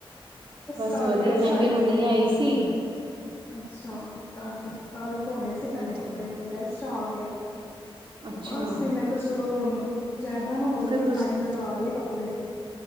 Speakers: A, on the right; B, on the left.
A: ਬਸ
B: ਕੱਲ
A: ਵਧੀਆ,
B: ਗੈਸਟ
A: ਮੈਂ
B: ਆਏ
A: ਵੀ
B: ਦੇ
A: ਹੁਣੇ
B: ਸੀ
A: ਆਈ ਸੀ।
B: ਅੱਛਾ ਕੱਲ-ਕੱਲ ਧੋਣੇ ਸੀ ਪਹਿਲੇ
A: ਅੱਛਾ
B: ਕੱਪੜੇ ਫਿਰ ਗੈਸ ਚ ਆ ਗਏ।
A: ਅੱਛਾ
B: ਬਸ ਫੇਰ, ਮੈਂ ਕਿਹਾ ਚਲੋ ਹੁਣ ਜ਼ਿਆਦਾ ਨਾ ਹੋ ਜਾਣ
A: ਤੇ
B: ਫੇਰ
A: ਤੁਸੀਂ
B: ਟਾਈਮ ਨਾਲ ਲਾ ਲਈਏ ਕੱਪੜੇ